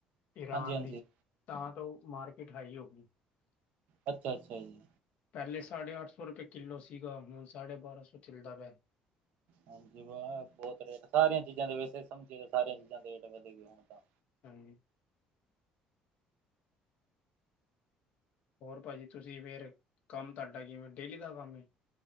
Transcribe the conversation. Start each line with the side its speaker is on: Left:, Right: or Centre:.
Left: ਈਰਾਨ
Right: ਹਾਂਜੀ ਹਾਂਜੀ
Left: ਦੀ। ਤਾਂ ਤੋ ਉਹ ਮਾਰਕੀਟ ਹਾਈ ਹੋ ਗਈ।
Right: ਅੱਛਾ-ਅੱਛਾ ਜੀ।
Left: ਪੇਲੈ ਸਾਢੇ ਅੱਠ ਸੌ ਰੁਪਏ ਕਿੱਲੋ ਸੀਗਾ। ਹੁਣ ਸਾਢੇ ਬਾਰਾਂ ਸੌ ਚੱਲਦਾ ਪਿਆ।
Right: ਹਾਂਜੀ, ਵਾਹ ਬਹੁਤ ਰੇਟ ਸਾਰੀਆਂ ਚੀਜ਼ਾਂ ਦੇ ਵੈਸੇ ਸਮਝੇਏ। ਸਾਰੀਆਂ ਚੀਜ਼ਾਂ ਦੇ ਰੇਟ ਵਧੇ ਗਏ ਹੁਣ, ਤਾਂ
Left: ਹਾਂਜੀ। ਔਰ ਪਾਜੀ, ਤੁਸੀਂ ਫਿਰ ਕੰਮ ਤੁਹਾਡਾ ਜਿਵੇ ਡੇਲੀ ਦਾ ਕੰਮ ਐ।